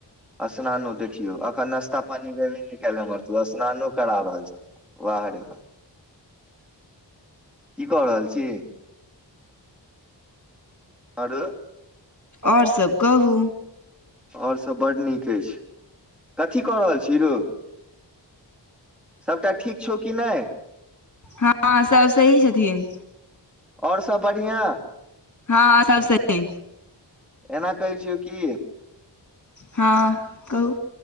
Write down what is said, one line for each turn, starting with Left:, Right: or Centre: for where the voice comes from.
Centre: अस्नानो देखियौ अखन नश्ता पानी भेबे नै कायल हमर तू अस्नानो करा रहल छ वाह रे वाह की कऽ रहल छि आरौ
Left: आओर सब कहू
Centre: आओर सब बड्ड नीक ऐछ कथी कऽ रहल छी रौ सबटा ठीक छौ कि नै
Left: हँ सब सही छथिन
Centre: आओर सब बढ़ियां
Left: हँ सभ सही
Centre: एना कहै छियौ की
Left: हँ कहू